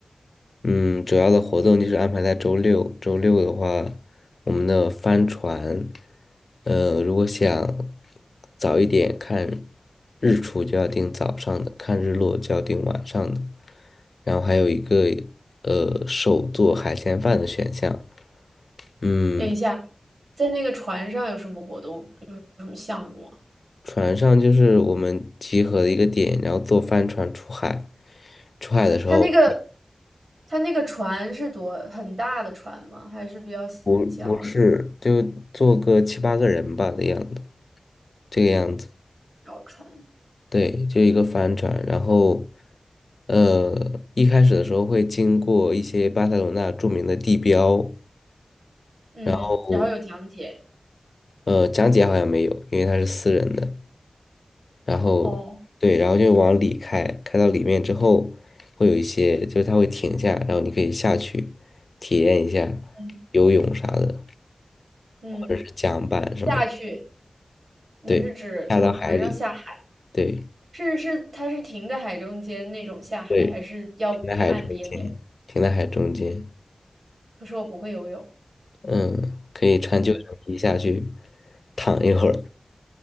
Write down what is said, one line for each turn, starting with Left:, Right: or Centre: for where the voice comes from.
Left: 嗯，主要的活动就是安排在周六。周六的话，我们的帆船，呃，如果想早一点看日出，就要订早上的；看日落就要订晚上的。然后还有一个呃手做海鲜饭的选项。嗯，
Right: 等一下，在那个船上有什么活动？有什么项目啊？
Left: 船上就是我们集合的一个点，然后坐帆船出海。出海的时候
Right: 他那个他那个船是多很大的船吗？还是比较小的
Left: 不不是就坐个七八个人吧的样子，这个样子。
Right: 小船？
Left: 对，就一个帆船。然后，呃，一开始的时候会经过一些巴塞罗那著名的地标，
Right: 嗯，
Left: 然后
Right: 然后有讲解。
Left: 呃，讲解好像没有，因为它是私人的。然后对，
Right: 哦，
Left: 然后就往里开，开到里面之后，会有一些就是它会停下，然后你可以下去体验一下
Right: 嗯
Left: 游泳啥的，
Right: 嗯，
Left: 或者是桨板什么的。
Right: 下去，你是指从船上下海？
Left: 对，下到海里，对
Right: 是是，它是停在海中间那种下海，
Left: 对，
Right: 还是要去岸边的？
Left: 停在海中间，停在海中间。
Right: 可是我不会游泳。
Left: 嗯，可以穿救生衣下去躺一会儿，